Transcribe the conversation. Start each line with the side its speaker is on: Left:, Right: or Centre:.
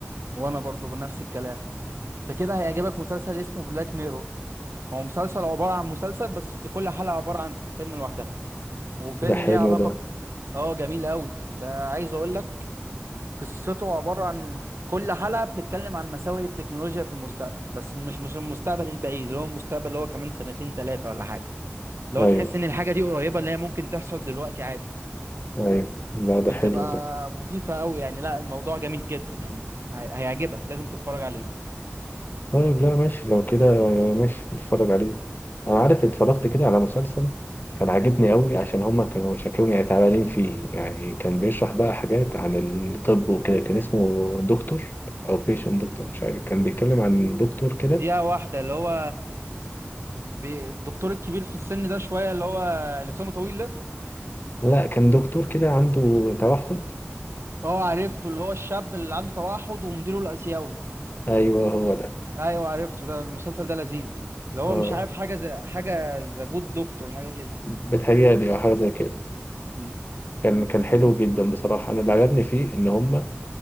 Right: وانا برضو بنفس الكلام انت كده هيعجبك مسلسل اسمه بلاك ميرور هو مسلسل عبارة عن مسلسل بس كل حلقة عبارة عن فيلم لوحدها وفيلم
Left: ده حلو
Right: ليه علاقة
Left: ده
Right: ب... اه جميل قوي ده عايز اقول لك قصته عبارة عن كل حلقة بتتكلم عن مساوئ التكنولوجيا في المستقبل بس مش مش المستقبل البعيد اللي هو المستقبل اللي هو كمان سنتين ثلاثة ولا حاجة اللي
Left: ايوه
Right: هو تحس إن الحاجة دي قريبة اللي هي ممكن تحصل دلوقتي عادي
Left: ايوه لا ده
Right: وبتبقى
Left: حلو ده
Right: مخيفة أوي يعني لا الموضوع جميل جدا يعني هي- هيعجبك لازم تتفرج عليه
Left: طيب لا ماشي لو كده ماشي نتفرج عليه انا عارف اتفرجت كده على مسلسل كان عاجبني قوي عشان هما كانوا شكلهم يعني تعبانين فيه يعني كان بيشرح بقى حاجات عن الطب وكده كان اسمه دكتور او بيشنت دكتور مش عارف كان بيتكلم عن دكتور كده
Right: دقيقة واحدة اللي هو بي- الدكتور الكبير في السن ده شوية اللي هو لسانه طويل ده
Left: لا كان دكتور كده عنده توحد
Right: اه عرفته اللي هو الشاب اللي عنده توحد ومديره الآسيوي
Left: ايوه هو ده
Right: ايوه عرفته ده المسلسل ده لذيذ اللي هو
Left: آه.
Right: مش عارف حاجه زي حاجه ذا جود دكتور حاجه كده
Left: بتهيألي أو حاجة زي كده
Right: م.
Left: كان كان حلو جدا بصراحة أنا اللي عجبني فيه إن هم